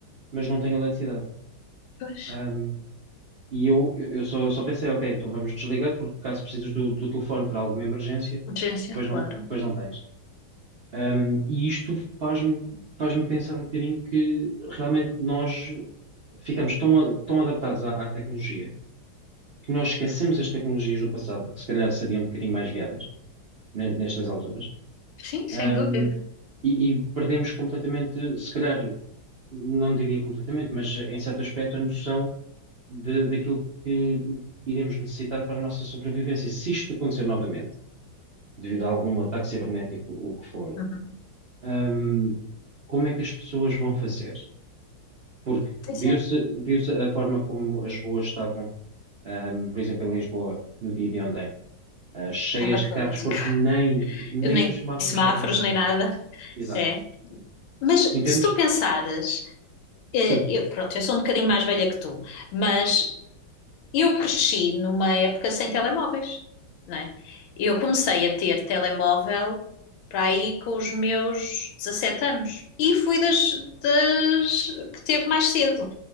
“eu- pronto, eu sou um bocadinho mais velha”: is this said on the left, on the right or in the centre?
Left